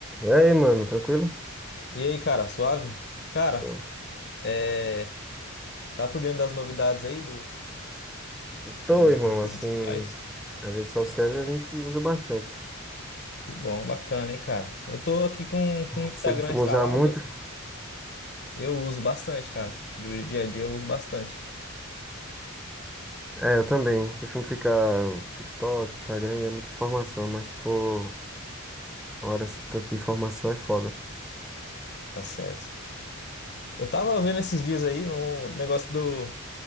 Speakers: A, in the centre; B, on the left (about 50°).
A: E aí, mano, tranquilo?
B: E aí, cara, suave? Cara,
A: Tô,
B: é... tá por dentro das novidades aí do,
A: Tô,
B: dos,
A: irmão,
B: dos
A: assim,
B: das redes sociais?
A: as redes sociais a gente usa bastante.
B: Que bom, bacana, hein, cara? Eu tô aqui com, com o Instagram
A: Você costuma
B: instalado,
A: usar muito?
B: eu uso bastante, cara. Do dia a dia eu uso bastante.
A: É, eu também. Costumo ficar no TikTok, Instagram, e é muita informação, mas se for hora esse tanto de informação é foda.
B: Tá certo. Eu tava vendo esses dias aí um negócio do,